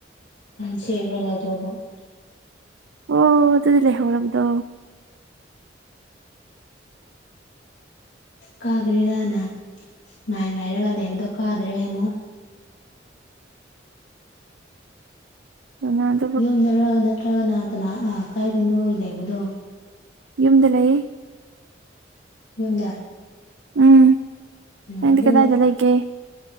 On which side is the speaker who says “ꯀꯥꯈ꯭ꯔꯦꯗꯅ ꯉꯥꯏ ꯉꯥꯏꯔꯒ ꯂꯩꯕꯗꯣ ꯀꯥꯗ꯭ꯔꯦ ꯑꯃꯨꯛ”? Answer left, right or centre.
Left